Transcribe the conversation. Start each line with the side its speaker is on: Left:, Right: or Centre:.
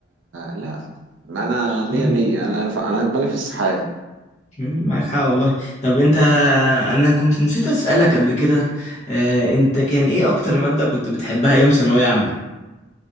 Right: لا ما أنا مية
Left: صح.
Right: مية أنا أنا أنا دماغي في السحاب
Left: مم، معاك حق والله طب انت انا كنت نسيت اسالك قبل كده آه، انت كان ايه اكتر ماده كنت بتحبها ايام ثانويه عامه